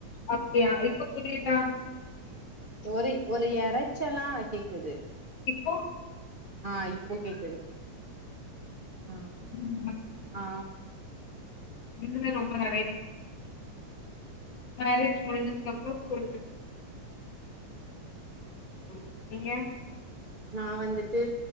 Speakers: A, on the left; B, on the right.
A: அப்டியா இப்ப புரி தா <inaudible>
B: ஒரு ஒரு எர ச்சலா கேக்குது
A: இப்போ
B: ஆ இப்போ கேக்குது ஆ
A: ம்
B: ஆ
A: இதுவே ரொம்ப <inaudible> மேரேஜ் முடிஞ்சதுக்கப்புறோ கொஞ்ச <inaudible> நீங்க
B: நா வந்துட்டு